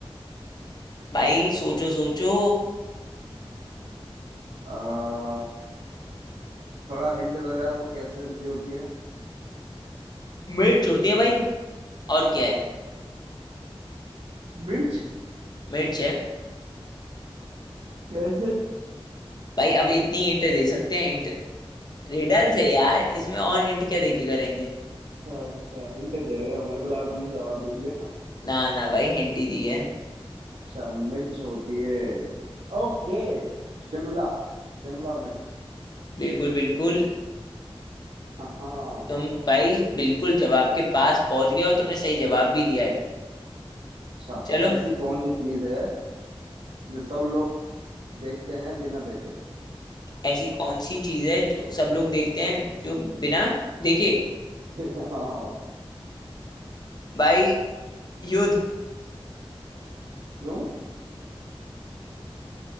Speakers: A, on the left; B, on the right.
A: भाई सोचो सोचो
B: आ, थोड़ा हिंट दो यार वो कैसी सब्जी होती है
A: मिर्च होती है भाई और क्या है
B: मिर्च
A: मिर्च है
B: कैसे
A: भाई अब इतनी हिंट दे सकते हैं हिंट रिडल्स है यार इसमें और हिंट क्या देके करेंगे
B: अच्छा अच्छा हिंट दे रहे हो मेरे को लगा तुमने जवाब दे दिया
A: ना ना भाई हिंट ही दी है
B: अच्छा मिर्च होती है ओके शिमला शिमला मिर्च
A: बिल्कुल बिल्कुल
B: हाँ हाँ,
A: तुम भाई बिल्कुल जवाब के पास पहुंच गए और तुमने सही जवाब भी दिया है
B: अच्छा
A: चलो
B: ऐसी कौन सी चीज है जो सब लोग देखते हैं बिना देखे
A: ऐसी कौन सी चीज है जो सब लोग देखते हैं जो बिना देखे
B: <laughs> हाँ
A: भाई युद्ध
B: क्यों